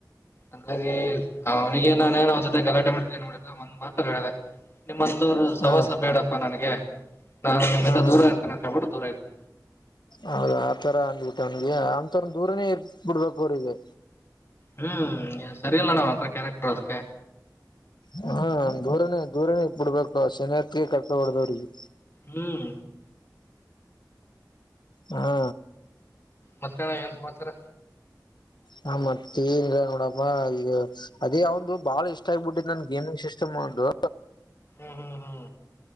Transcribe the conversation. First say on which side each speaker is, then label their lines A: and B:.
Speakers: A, on the left; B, on the left.
A: ಹಂಗಾಗಿ ಅವ್ನಿಗೆ ನಾನೇನು ಅವ್ನ ಜೊತೆ ಗಲಾಟೆ ಮಾಡ ಏನ್ ಮಾಡ ಒಂದ್ ಮಾತ್ರ ಹೇಳೆ ನಿಮ್ಮ ಸವಾಸ
B: ಹಾ
A: ಬೇಡಪ್ಪಾ ನನಗೆ ನಾನು ನಿಮ್ಮಿಂದ
B: ಹಾ ಹಾ
A: ದೂರ ಇರ್ತೀನೆ ಅಂತಹೇಳ್ಬಿಟ್ಟು ದೂರ ಇದನಿ.
B: ಹೌದಾ, ಆ ತರ ಅಂದ್ಬಿಟ್ಟ ಅವನಗೆ ಅ ತರ ದೂರನೇ ಇದ ಬಿಡ್ಬೇಕ ಅವ್ರಿಗೆ.
A: ಹ್ಮ್, ಸರಿಯಲ್ಲ ನಾವ್ ಅಂತ ಕ್ಯಾರೆಕ್ಟರ್ ಹೇಳದಕ್ಕೆ.
B: ಹ್ಮ, ದೂರನೆ-ದೂರನೆ ಇ ಬಿಡ್ಬೇಕು ಶನಿಹಕೆ ಕರ್ಕಬಾರದುಅವ್ರಿಗೆ.
A: ಹ್ಮ್,
B: ಹಾ,
A: ಮತ್ತೆ ಅಣ್ಣ ಏನ್ ಸಮಾಚಾರ
B: ಹ, ಮತ್ತೇನ್ ಇಲ್ನೋಡಪ್ಪಾ ಈಗ ಅದೇ ಅವ್ದಂದು ಬಾಳ ಇಷ್ಟ ಆಗ್ಬಿಟ್ಟಿದ ನನ್ ಗೇಮಿಂಗ್ ಸಿಸ್ಟಮ್ ಒಂದು.
A: ಹ್ಮ್, ಹ್ಮ್